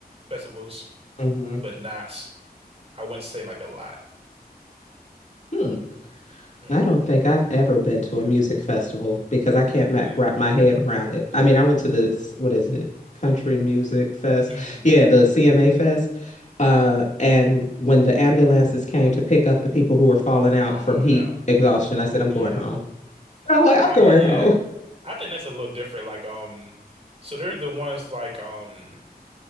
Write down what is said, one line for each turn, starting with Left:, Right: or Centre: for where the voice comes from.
Right: festivals,
Left: Mhm.
Right: but not I wouldn't say like a lot.
Left: Hmm.
Right: Mm.
Left: I don't think I've ever been to a music festival because I can't ma
Right: Really?
Left: wrap my head around it. I mean, I went to this, what is it? Country Music Fest.
Right: Mhm.
Left: Yeah, the CMA Fest. Uh, and when the ambulances came to pick up the people who were falling out
Right: Oh
Left: from heat
Right: no.
Left: exhaustion, I said, I'm
Right: Yeah.
Left: going home. I'm like, I'm
Right: I
Left: going
Right: mean, yeah.
Left: home.
Right: I think that's a little different. Like um so there's the ones like um